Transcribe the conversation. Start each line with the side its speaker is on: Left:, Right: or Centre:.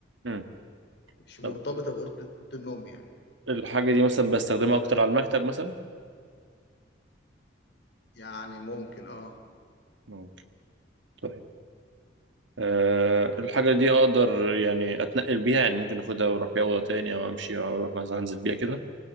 Right: مم.
Left: مش مرتبطه
Right: طب
Left: باوضه أوضة النوم يعني
Right: الحاجه دي مثلا بستخدمها اكتر على المكتب مثلا
Left: يعني ممكن اه
Right: ممكن طيب أه الحاجة دي أقدر يعني أتنقل بيها يعني ممكن أخدها وأروح بيها أوضة تاني أو أمشي أو أروح مثلا أنزل بيها كده